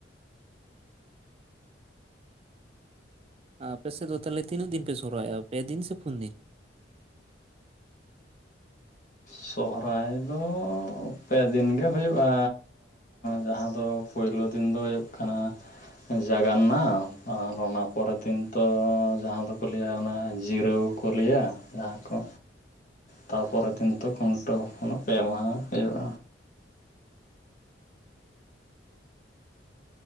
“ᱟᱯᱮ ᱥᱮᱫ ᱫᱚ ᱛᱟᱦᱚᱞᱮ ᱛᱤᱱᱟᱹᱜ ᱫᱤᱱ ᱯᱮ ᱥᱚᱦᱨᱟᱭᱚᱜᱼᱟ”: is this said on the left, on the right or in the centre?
Right